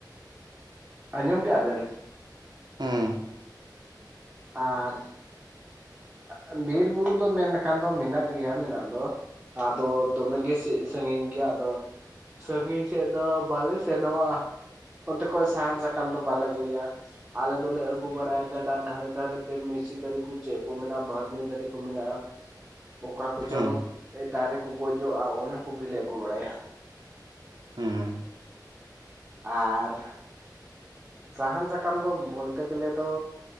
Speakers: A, on the right; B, on the right.
A: ᱟᱸᱡᱚᱢ ᱠᱮᱫᱼᱟ ᱵᱮᱱ?
B: ᱦᱩᱸᱢ
A: ᱟᱨ ᱮᱸᱜ ᱵᱤᱨ ᱵᱩᱨᱩ ᱫᱚ ᱢᱮᱱ ᱞᱮᱠᱷᱟᱱ ᱫᱚ ᱢᱮᱱᱟᱜ ᱜᱮᱭᱟ ᱢᱮᱱᱟᱜ ᱫᱚ, ᱟᱫᱚ ᱫᱚᱢᱮ ᱜᱮ ᱥᱮ ᱥᱟᱺᱜᱤᱧ ᱜᱮᱭᱟ ᱟᱫᱚ, ᱥᱟᱺᱜᱤᱧ ᱥᱮᱫ ᱫᱚ ᱵᱟᱞᱮ ᱥᱮᱱᱚᱜᱼᱟ ᱚᱱᱛᱮ ᱠᱷᱚᱡ ᱥᱟᱦᱟᱱ ᱥᱟᱠᱟᱢ ᱫᱚ ᱵᱟᱞᱮ ᱟᱹᱜᱩᱭᱟ᱾ ᱟᱞᱮ ᱫᱚᱞᱮ ᱟᱹᱜᱩ ᱵᱟᱲᱟᱭᱟ ᱜᱟᱰᱟ ᱫᱷᱟᱨᱮ ᱫᱷᱟᱨᱮ ᱛᱮ ᱢᱤᱥᱤ ᱫᱟᱨᱮ ᱠᱩᱪᱟᱹᱫ᱾ ᱠᱚ ᱢᱮᱱᱟᱜᱼᱟ ᱵᱟᱹᱨᱱᱤ <unintelligible> ᱫᱟᱨᱮ ᱠᱚ ᱢᱮᱱᱟᱜᱼᱟ ᱚᱠᱟ ᱠᱚᱪᱚᱝ
B: ᱦᱩᱸ
A: ᱫᱟᱨᱮ ᱠᱚ ᱜᱚᱡᱚᱜᱼᱟ ᱚᱱᱟ ᱠᱚᱜᱮᱞᱮ ᱟᱹᱜᱩ ᱵᱟᱲᱟᱭᱟ᱾
B: ᱦᱩᱸ
A: ᱟᱨ ᱥᱟᱦᱟᱱ ᱥᱟᱠᱟᱢ ᱫᱚ ᱵᱚᱞᱛᱮ ᱜᱮᱞᱮ ᱫᱚ